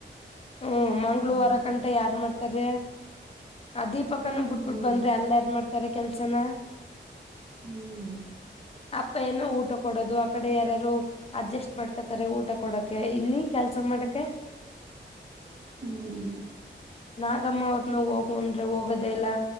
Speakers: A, on the left (about 30°); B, on the right (about 55°).
A: ಹ್ಮ ಮಂಗಳೂವಾರ
B: ಹ್ಮ್
A: ಗಂಟ ಯಾರ್ ಮಾಡ್ತಾರೆ ಅ ದಿಪ್ ಪಕ್ಕನೂ ಬಿಟ್ಟಬಿಟ್
B: ಹ್ಮ್
A: ಬಂದ್ರೆ ಅಲ್ ಯಾರ್ ಮಾಡ್ತಾರೆ ಕೆಲ್ಸನ
B: ಹ್ಮ್
A: ಪ್ಪ ಏನೋ ಊಟ ಕೊಡೋದು ಆ ಕಡೆ ಯಾರಾರು ಅಡ್ಜಸ್ಟ್ ಮಾಡ ಮಾಡ್ಕೋತ್ತಾರೆ ಊಟ ಕೊಡಕ ಇಲ್ಲಿ ಕೆಲ್ಸ ಮಾಡಕ್ಕೆ
B: ಹ್ಮ್
A: ನಾಗಮ್ಮ ಅವ್ರನ ಹೋಗು ಅಂದ್ರೆ ಹೋಗದ್ ಅದೆಲ್ಲಾ